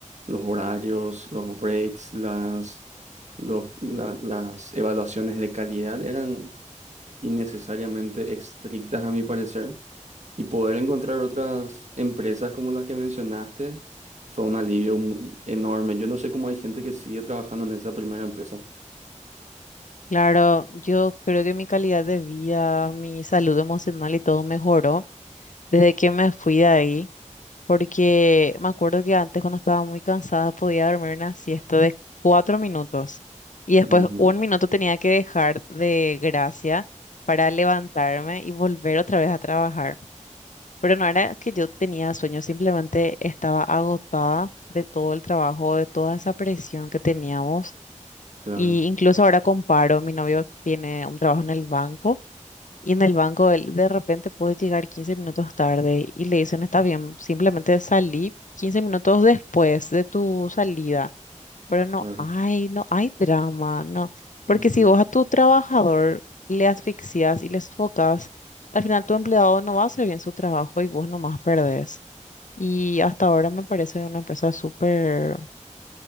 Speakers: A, on the right (about 65°); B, on the left (about 75°).
A: Los horarios, los breaks, las, los, la- las evaluaciones de calidad eran innecesariamente estrictas a mi parecer. Y poder encontrar otras empresas como las que mencionaste fue un alivio mu- enorme. Yo no sé cómo hay gente que sigue trabajando en esa primera empresa.
B: Claro, yo creo que mi calidad de vida, mi salud emocional y todo mejoró desde que me fui de ahí. porque me acuerdo que antes cuando estaba muy cansada podía dormir una siesta de cuatro minutos y después
A: Ujú,
B: un minuto tenía que dejar de gracia para levantarme y volver otra vez a trabajar. Pero no era que yo tenía sueño, simplemente estaba agotada de todo el trabajo, de toda esa presión que teníamos.
A: claro,
B: Y incluso ahora comparo, mi novio tiene un trabajo en el banco. Y en el banco él de repente puedes llegar 15 minutos tarde y le dicen, está bien, simplemente salí 15 minutos después de tu salida. Pero no
A: claro.
B: hay, no hay drama, no. Porque
A: ujú.
B: si vos a tu trabajador le asfixias y le sofocas, al final tu empleado no va a hacer bien su trabajo y vos nomás perdés. Y hasta ahora me parece una empresa súper,